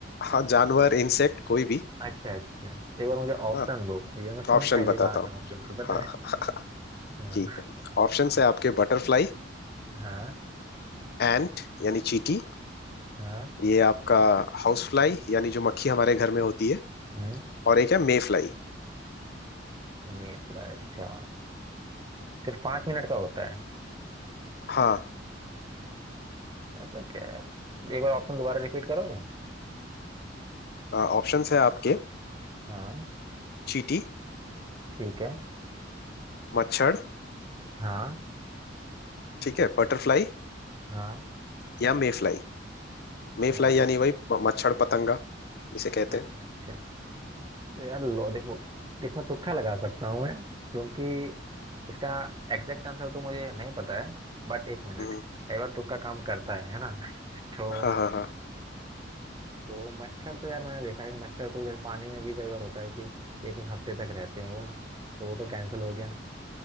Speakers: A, on the left; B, on the right.
A: हाँ जानवर इंसेक्ट कोई भी
B: अच्छा अच्छा एक बार मुझे ऑप्शन
A: हाँ
B: दो ये मैं सुन
A: ऑप्शन
B: पहली
A: बताता
B: बार
A: हूँ
B: रहा हूँ क्योंकि पता
A: हाँ
B: है
A: हाँ,
B: हाँ
A: ठीक है ऑप्शन है आपके बटरफ्लाई
B: हाँ
A: एंट यानी चींटी
B: हाँ
A: ये आपका हाउस फ्लाई यानी जो मक्खी हमारे घर में होती है
B: हम्म
A: और एक है मे फ्लाई
B: मेफला अच्छा सिर्फ पांच मिनट का होता है
A: हाँ
B: ऐसा क्या है यार एक बार ऑप्शन दोबारा रिपीट करोगे
A: ऑप्शन है आपके
B: हाँ
A: चींटी
B: ठीक है
A: मच्छर
B: हाँ
A: ठीक है बटरफ्लाई
B: हाँ
A: या मे फ्लाई
B: अच्छा
A: मे फ्लाई यानी वही म- मच्छर पतंगा इसे कहते
B: अच्छा
A: हैं
B: अच्छा तो यार लो देखो इसमें तुक्का लगा सकता हूँ मैं क्योंकि इसका एग्जैक्ट आंसर तो मुझे नहीं पता है बट एक मिनट
A: हम्म,
B: कई बार तुक्का काम करता है है ना <laughs> तो
A: हाँ हाँ हाँ
B: तो मच्छर तो यार मैंने देखा है कि मच्छर तो जैसे पानी में भी कई बार होता है कि एक एक हफ्ते तक रहते हैं वो तो वो तो कैंसिल हो गया